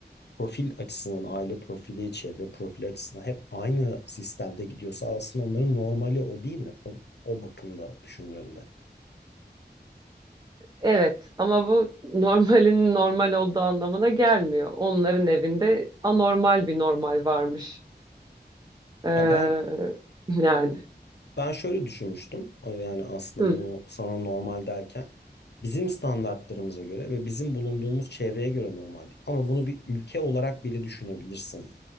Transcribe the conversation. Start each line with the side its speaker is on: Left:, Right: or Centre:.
Left: profil açısından aile profili, çevre profili açısından hep aynı sistemde gidiyorsa aslında onların normali o değil mi? O, o bakımda düşündüğünde.
Right: Evet ama bu <laughs> normalin normal olduğu anlamına gelmiyor. Onların evinde anormal bir normal varmış. Ee,
Left: Ya ben
Right: yani.
Left: Ben şöyle düşünmüştüm. e, Yani aslında
Right: Hı.
Left: bunu sana normal derken bizim standartlarımıza göre ve bizim bulunduğumuz çevreye göre normal değil. Ama bunu bir ülke olarak bile düşünebilirsin.